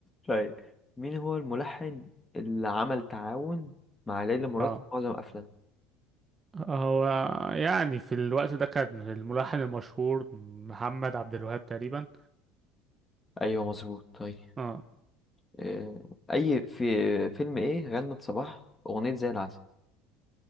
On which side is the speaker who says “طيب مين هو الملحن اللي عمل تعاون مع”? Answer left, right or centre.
Left